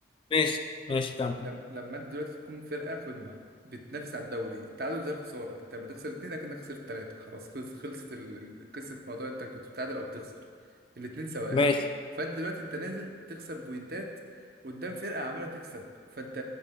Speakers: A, on the left; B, on the right.
A: ماشي ماشي تمام
B: لم... لما انت دلوقتي تكون فرقه قمه بتنافس على الدوري التعادل زي الخساره انت لما تخسر اتنين اكنك خسرت تلاته خلاص خلص- خلصت ال... ال- قصه موضوع انت كنت بتتعادل او بتخسر الاتنين سواء
A: ماشي
B: فانت دلوقتي انت نازل تخسر بوينتات قدام فرقه عماله تكسب فانت